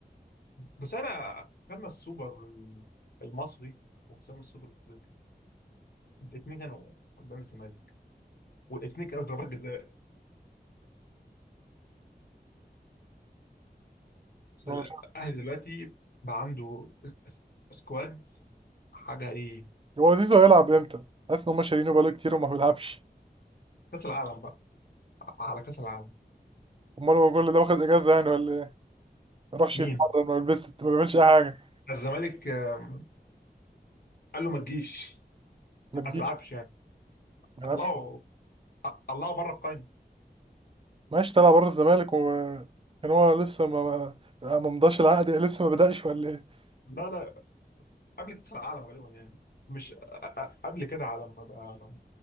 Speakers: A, on the left (about 65°); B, on the right (about 30°).
A: بس انا خدنا السوبر المصري وخسرنا السوبر الافريقي الاثنين كانوا قدام الزمالك والاثنين كانوا ضربات جزاء بس
B: هو
A: الأهلي
B: مش عارف.
A: دلوقتي بقى عنده اس- سكواد حاجة إيه
B: هو زيزو هيلعب امتى؟ حاسس ان هم شارينه بقاله كتير وما بيلعبش
A: كأس العالم بقى على كأس العالم
B: امال هو كل ده واخد اجازه يعني ولا ايه؟ ما يروحش
A: مين؟
B: يتمرن ما بيلبسش ما بيعملش اي حاجه
A: الزمالك آم، قال له ما تجيش
B: ما تجيش
A: ما تلعبش يعني
B: ما يلعبش
A: هطلعه طلعه بره القايمة
B: ماشي طلع بره الزمالك وكان هو لسه ما ما ما مضاش العقد لسه ما بدأش ولا ايه؟
A: لا لا قبل كأس العالم غالبا يعني مش أ- أ- قبل كده على ما بقى